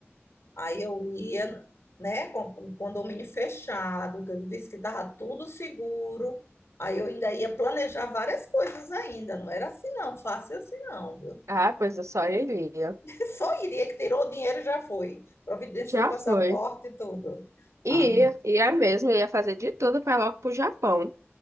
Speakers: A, on the left (about 60°); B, on the right (about 85°).
A: Aí eu ia, né, com um condomínio fechado, que eu disse que estava tudo seguro. Aí eu ainda ia planejar várias coisas ainda, não era assim não, fácil assim não, viu?
B: Ah, pois eu só iria.
A: E só iria que tirou o dinheiro já foi. Providenciou
B: Já
A: o passaporte
B: foi.
A: e tudo.
B: E
A: Ah, não.
B: ia, ia mesmo, eu ia fazer de tudo para logo pro Japão.